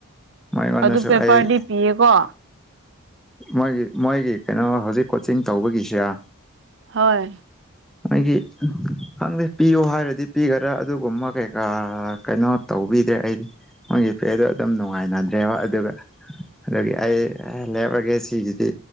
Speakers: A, in the centre; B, on the right.
A: ꯃꯣꯏꯉꯣꯟꯗꯁꯨ
B: ꯑꯗꯨ ꯄꯦꯄꯔꯗꯤ
A: ꯑꯩ
B: ꯄꯤꯌꯦꯀꯣ
A: ꯃꯣꯏꯒꯤ ꯃꯣꯏꯒꯤ ꯀꯩꯅꯣ ꯍꯧꯖꯤꯛ ꯀꯣꯆꯤꯡ ꯇꯧꯕꯒꯤꯁꯦ
B: ꯍꯣꯏ
A: ꯑꯩꯒꯤ ꯈꯪꯗꯦ ꯄꯤꯌꯨ ꯍꯥꯏꯔꯗꯤ ꯄꯤꯒꯔ ꯑꯗꯨꯒꯨꯝꯕ ꯀꯩꯀꯥ ꯀꯩꯅꯣ ꯇꯧꯕꯤꯗ꯭ꯔꯦ ꯑꯩꯗꯤ ꯃꯣꯏꯒꯤ ꯄꯦꯗꯣ ꯑꯗꯨꯝ ꯅꯨꯡꯉꯥꯏꯅꯗ꯭ꯔꯦꯕ ꯑꯗꯨꯒ ꯑꯗꯒꯤ ꯑꯩ <unintelligible> ꯁꯤꯒꯤꯗꯤ